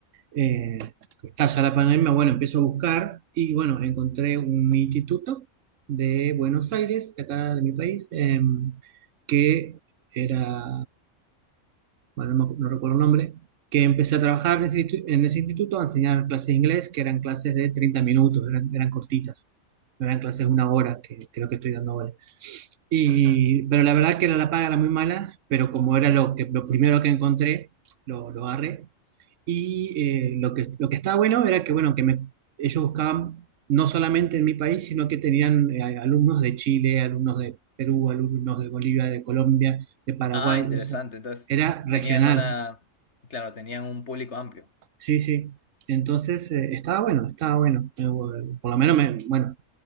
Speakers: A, on the right (about 65°); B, on the left (about 55°).
A: eh, está ya la pandemia, bueno, empiezo a buscar y bueno, encontré un instituto de Buenos Aires, de acá de mi país, em, que era bueno, no, me acu- no recuerdo el nombre, que empecé a trabajar en ese, institu- en ese instituto a enseñar clases de inglés, que eran clases de 30 minutos, eran, eran cortitas, no eran clases de una hora, que creo que estoy dando ahora. Y, pero la verdad que la, la paga era muy mala, pero como era lo, que, lo primero que encontré, lo, lo agarré. Y eh, lo que, lo que estaba bueno era que, bueno, que me, ellos buscaban no solamente en mi país, sino que tenían eh, alumnos de Chile, alumnos de Perú, alumnos de Bolivia, de Colombia, de Paraguay,
B: Ah, interesante.
A: o sea,
B: Entonces,
A: era regional.
B: tenían una, claro, tenían un público amplio.
A: Sí, sí. Entonces, eh, estaba bueno, estaba bueno. Eh, Por lo menos me, bueno,